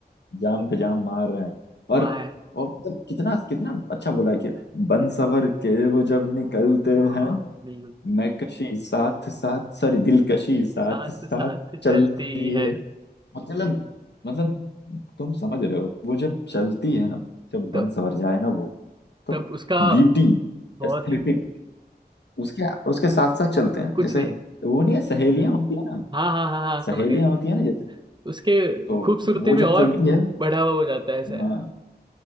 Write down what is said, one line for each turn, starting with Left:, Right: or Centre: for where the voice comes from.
Left: जाम पे जाम मार रहे हैं
Right: वहाँ
Left: और और मतलब कितना कितना अच्छा बोला है कि बन सवर के वो जब निकलते हैं
Right: बिल्कुल
Left: मैं कशी साथ साथ सॉरी दिलकशी साथ
Right: साथ
Left: साथ
Right: साथ
Left: चलती
Right: चलती है
Left: है मतलब मतलब तुम समझ रहे हो वो जब चलती है ना जब बन
Right: तो
Left: सवर जाए ना वो तो
Right: तब उसका
Left: ब्यूटी
Right: बहुत
Left: एस्थेटिक
Right: ही
Left: उसके उसके साथ साथ चलते हैं
Right: कुछ
Left: जैसे
Right: नहीं
Left: वो नहीं है सहेलियां होती है ना
Right: हाँ हाँ हाँ हाँ समझ
Left: सहेलियां
Right: गया
Left: होती है ना जैसे
Right: उसके
Left: तो
Right: खूबसूरती
Left: जो- वो
Right: में
Left: जब
Right: और
Left: चलती है
Right: बढ़ावा हो जाता है ऐसा
Left: हाँ
Right: है।